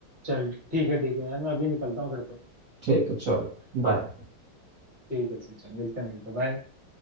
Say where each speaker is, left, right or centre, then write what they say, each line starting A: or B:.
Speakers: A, on the right; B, on the right.
A: चल ठीक है ठीक है यार मैं अभी निकलता हूँ फिर तो
B: ठीक है चलो बाय
A: ठीक है ठीक है मिलते हैं मिलते हैं, bye।